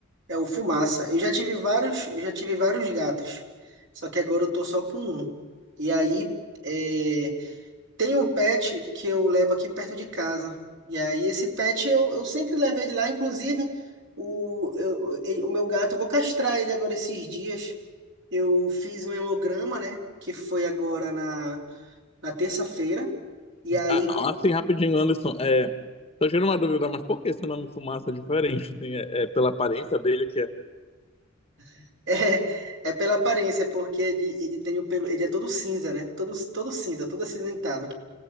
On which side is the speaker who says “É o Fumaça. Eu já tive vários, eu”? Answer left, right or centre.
Right